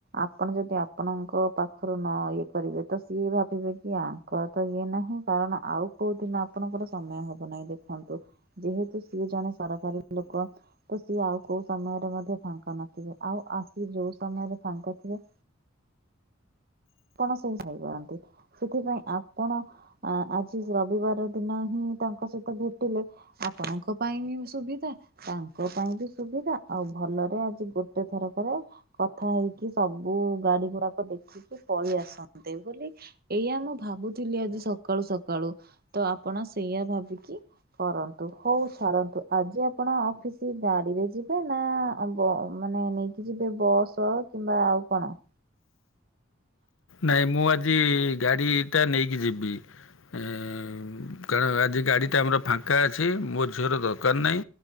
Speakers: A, on the right; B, on the left.
A: ଆପଣ ଯଦି ଆପଣଙ୍କ ପା ଖରୁ ନ ଇଏ କରିବେ ତ ସିଏ ଭାବିବେ କି ଆଙ୍କର ତ ଇଏ ନାହିଁ କାରଣ ଆଉ କୋଉ ଦିନ ଆପଣଙ୍କର ସମୟ ହବ ନାହିଁ ଦେଖନ୍ତୁ ଯେହେତୁ ସିଏ ଜଣେ ସରକାରୀ ଲୋକ। ତ ସିଏ ଆଉ କୋଉ ସମୟରେ ମଧ୍ୟ ଫାଙ୍କା ନଥିବେ ଆଉ ଆସି ଯୋଉ ସମୟରେ ଫାଙ୍କା ଥିବେ ପଣ ସେଇ ସାହି ବାଆନ୍ତି ସେଥିପାଇଁ ଆପଣ ଆ ଆଜି ରବିବାର ଦିନ ହିଁ ତାଙ୍କ ସହିତ ଭେଟିଲେ ଆପଣଙ୍କ ପାଇଁ ବି ସୁବିଧା। ତାଙ୍କ ପାଇଁ ବି ସୁବିଧା ଆଉ ଭଲରେ ଆଜି ଗୋଟେ ଥରକରେ କଥା ହେଇକି ସବୁ ଗାଡ଼ି ଗୁଡ଼ାକ ଦେଖି ଉ ପଳିଆସନ୍ତେ ବୋଲି ଏଇଆ ମୁଁ ଭାବୁଥିଲି ଆଜି ସକାଳୁ ସକାଳୁ। ତ ଆପଣ ସେଇଆ ଭାବିକି କରନ୍ତୁ ହଉ ଛାଡ଼ନ୍ତୁ ଆଜି ଆପଣ ଅଫିସ୍ ଗାଡ଼ିରେ ଯିବେ ନାଁ ଆଉ ବ ମାନେ ନେଇକି ଯିବେ ବସ୍ କିମ୍ବା ଆଉ କଣ।
B: ନାଇଁ ମୁଁ ଆଜି ଗାଡ଼ିଟା ନେଇକି ଯିବି। ଏଁ କାରଣ ଆଜି ଗାଡ଼ିଟା ଆମର ଫାଙ୍କା ଅଛି ମୋ ଝିଅର ଦରକାର ନାହିଁ।